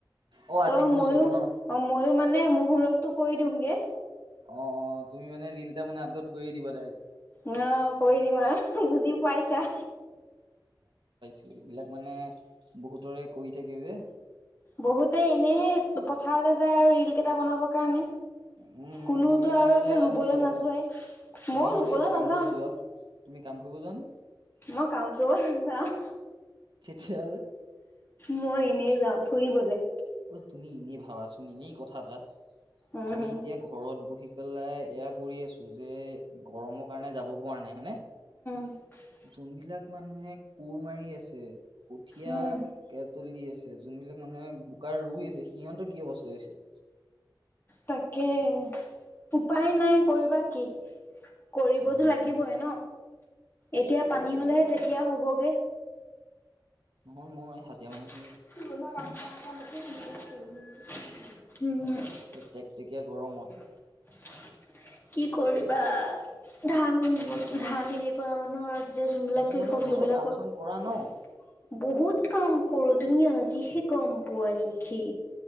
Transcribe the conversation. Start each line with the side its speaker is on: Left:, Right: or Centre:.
Right: অ আজি
Left: ত
Right: গুচ
Left: মইো
Right: ধৰিব ন?
Left: অ ময়ো মানে মুহুৰৰতটো কৈ দিমগে
Right: অ অ তুমি মানে ৰিল এটা মানে আপলোড কৰিয়ে দিব তাইক
Left: আহ কৈ দিম আৰু বুজিও পাইছা
Right: ত' এইবিলাক মানে বহুতৰে কৰি থাকে যে
Left: বহুতে এনেহে পথাৰলে যায় আৰু ৰিল কেইটা বনাবৰ কাৰণে
Right: উম
Left: কোনোতো
Right: তুমি
Left: আৰু
Right: মানে এতিয়া
Left: একে ৰুবলৈ
Right: সেয়াই
Left: নাযোৱাই
Right: তুমি
Left: মইও
Right: সেইটো
Left: ৰুবলৈ
Right: এতিয়া
Left: নাযাওঁ
Right: কাম কৰিব যোৱা। তুমি কাম কৰিব যোৱাানে
Left: মই কাম কৰব যাওঁ
Right: চিঠাল
Left: মই এনেই যাওঁ ফুৰিবলে
Right: অঐ তুমি এনেই ভাবাচোন এনেই কথা এটা
Left: উম,
Right: আমি এতিয়া ঘৰত বহি পেলাই এয়া কৰি আছো যে গৰমৰ কাৰণে যাব পৰা নাই হয়নে
Left: উ
Right: যোনবিলাক মানুহে কোৰ মাৰি আছে কঠিয়
Left: উম,
Right: তলি আছে যোনবিলাক মানে বোকা ৰুই আছে সিহঁতৰ কি অৱস্থা হৈছে
Left: তাকে উপায় নাই কৰিবা কি কৰিবতো
Right: উম
Left: লাগিবইে
Right: সেয়া
Left: ন এতিয়া
Right: কৰিবতো
Left: পানী হলেহে
Right: লাগিব
Left: তেতিয়া হ'বগে
Right: নহয় মই এই হাজিয়ৰা মানুহ
Left: <inaudible>
Right: এই েকটেকীয়া গৰমত
Left: হয় কি কৰিবা ধান ধান হেৰি কৰা মানুহৰ এতিয়া যোনবিলাক
Right: তুমি
Left: কৃষক
Right: মানে
Left: সেইবিলাকৰ
Right: ঘৰৰ কাম চাম কৰা ন
Left: বহুত কাম কৰ তুমি আজিহে গম পোৱা নেকি